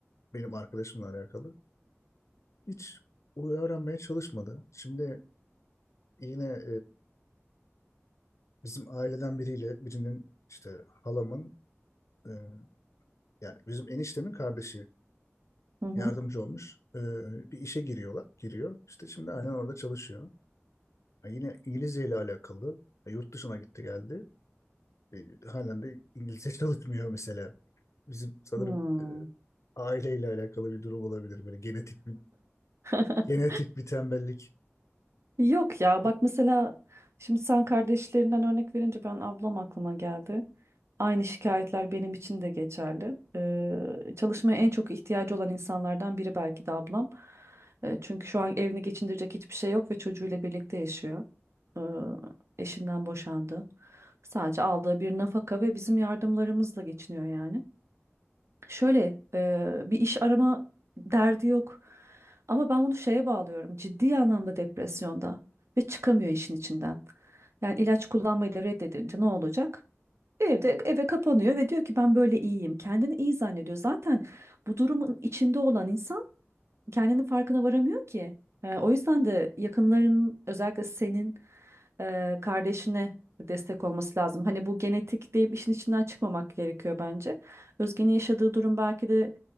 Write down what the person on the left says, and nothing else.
benim arkadaşımla alakalı. Hiç o öğrenmeye çalışmadı. Şimdi yine Bizim aileden biriyle birinin işte halamın e, yani bizim eniştemin kardeşi
yardımcı olmuş. E, bir işe giriyorlar. Giriyor. İşte şimdi aynen orada çalışıyor. Ha, yine İngilizce ile alakalı. Ha, yurt dışına gitti geldi. E, halen de İngilizce <laughs> çalışmıyor mesela. Bizim sanırım
e, aileyle alakalı bir durum olabilir. Böyle genetik bir
genetik bir tembellik.
O-